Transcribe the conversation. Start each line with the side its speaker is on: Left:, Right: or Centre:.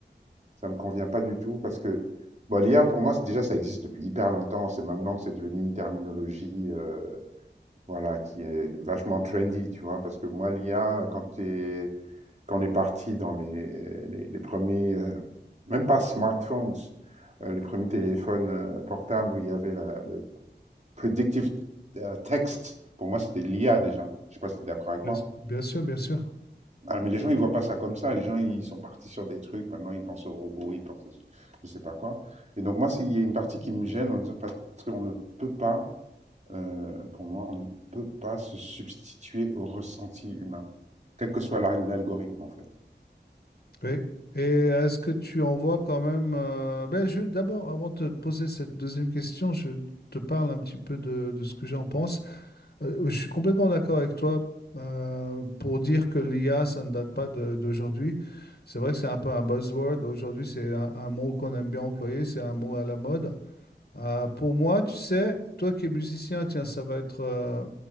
Right: Ça me convient pas du tout parce que bon, l'IA, pour moi, déjà, ça existe depuis hyper longtemps. C'est maintenant que c'est devenu une terminologie euh, voilà, qui est vachement trendy, tu vois. Parce que moi, l'IA, quand, t'es- quand on est parti dans les, les, les premiers, euh, même pas smartphones, euh, les premiers téléphones euh, portables où il y avait la, le- predictive euh, text, pour moi, c'était l'IA déjà. Je ne sais pas si tu es d'accord avec
Left: Bien
Right: moi.
Left: s- bien sûr, bien sûr.
Right: Alors, mais les gens, ils ne voient pas ça comme ça. Les gens, ils sont partis sur des trucs. Maintenant, ils pensent aux robots, ils pensent, au- je ne sais pas quoi. Et donc, moi, s'il y a une partie qui me gêne, en disant- parce qu'on ne peut pas, euh, pour moi, on ne peut pas se substituer au ressenti humain, quel que soit l'algorithme, en fait.
Left: Oui. Et est-ce que tu en vois quand même... euh, ben, je- d'abord, avant de te poser cette deuxième question, je te parle un petit peu de, de ce que j'en pense. Euh, Je suis complètement d'accord avec toi euh, pour dire que l'IA, ça ne date pas de- d'aujourd'hui. C'est vrai que c'est un peu un buzzword. Aujourd'hui, c'est un, un mot qu'on aime bien employer, c'est un mot à la mode. Euh, pour moi, tu sais, toi qui es musicien, tiens, ça va être, euh,